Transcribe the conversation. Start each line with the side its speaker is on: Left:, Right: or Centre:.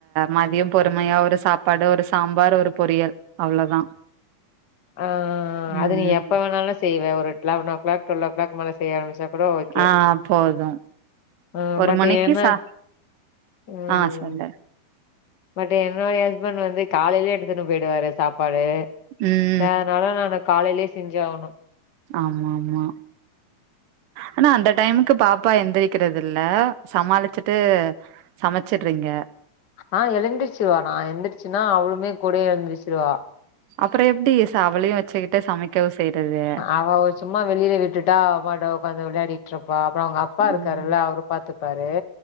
Right: மதியம் பொறுமையா ஒரு சாப்பாடு ஒரு சாம்பார் ஒரு பொரியல் அவ்ளோதா
Left: ஆ
Right: ம்
Left: அது நீ
Right: ம்
Left: எப்ப வேணாலு செய்வ ஒருட் eleven o'clock twelve clock மேல செய்ய ஆரம்பிச்சா கூட ஓகே
Right: ஆ போது
Left: ம்
Right: ஒரு
Left: பட்
Right: மணிக்கு
Left: என்ன
Right: சா
Left: ம்
Right: ஆ சொல்லு
Left: பட் என்னுடைய ஹஸ்பண்ட் வந்து காலைலே எடுத்துனு போயிடுவாரு சாப்பாடு
Right: ம்
Left: ச அதனால நானு காலைலே செஞ்சாகணு
Right: ஆமாம்மா ஆனா அந்த டைமுக்கு பாப்பா எந்திரிக்கிறதில்ல சமாளிச்சுட்டு சமச்சுட்றீங்க
Left: ஆ எழுந்திரிச்சிருவா நா எந்ரிச்சுனா அவளுமே கூடயே எழுந்திரிச்சிருவா
Right: அப்பற எப்டி இசா அவலையு வெச்சுக்கிட்டு சமைக்கவு செய்றது
Left: அவ சும்மா வெளில விட்டுட்டா அவபாட்டு ஒக்காந்து விளாடிட்ருப்பா அப்பற அவ்ங்க அப்பா இருக்காருல
Right: ம்
Left: அவரு பாத்துப்பாரு